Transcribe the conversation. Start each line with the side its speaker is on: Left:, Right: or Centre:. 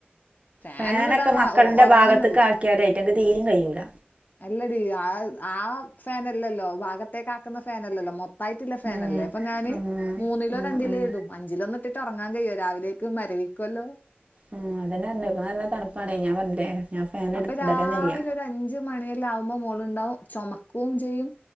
Left: ഫാനൊന്നും
Right: ഫാനൊക്കെ
Left: ഇടാതെ
Right: മക്കളന്റെ
Left: ഒ ഒറങ്ങൊന്നുല്ല
Right: ഭാഗത്ത്ക്ക് ആക്കിയാലെ അയ്റ്റേക്ക് തിരിം കഴിയൂല
Left: അല്ലടി അത് ആ ഫാനല്ലല്ലോ ഭാഗത്തേക്ക് ആക്കുന്ന ഫാനല്ലല്ലോ മൊത്ത ത്തായിട്ട്ളള ഫാനല്ലേ
Right: ഉം
Left: അപ്പൊ ഞാന്
Right: ഉം
Left: മൂന്നിലോ
Right: ഉം
Left: രണ്ടിലോ
Right: ഉം
Left: ഇടും അഞ്ചിലൊന്നു ഇട്ടിട്ട്റങ്ങ ങ്ങാൻ കഴിയോ രാവിലേക്ക് മരവിക്കല്ലോ
Right: ആഹ് അതന്ന പറിഞ്ഞ ഇപ്പൊ നല്ല തണുപ്പാണേ ഞാൻ പറഞ്ഞില്ലേ ഞാൻ ഫാൻ
Left: അപ്പൊ രാവിലെ
Right: ഇടലെന്നെ ഇല്ല
Left: ഒരു അഞ്ച് മണിയല്ല ആകുമ്പോ മോളുണ്ടാവും ചുമക്കുകയും ചെയ്യും